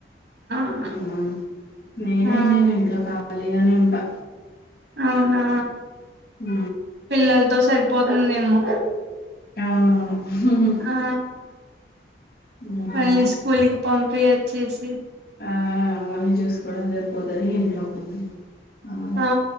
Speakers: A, on the right; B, on the left.
A: ఆ
B: ఉహు నేను
A: ఆ
B: ఏమి చేయాలి ఇంట్లో కా ఖాళీ గానే ఉంటా
A: అవునా
B: ఊ
A: పిల్లలతో సరిపోతుందేమో
B: అవును అవును హు
A: ఆ
B: మ్మ్.
A: వాళ్ళకి స్కూల్ కి పంపి వచ్చేసి
B: ఆ అవన్నీ చూసుకోవడం సరిపోతాది ఇంట్లోపని అవును
A: ఆ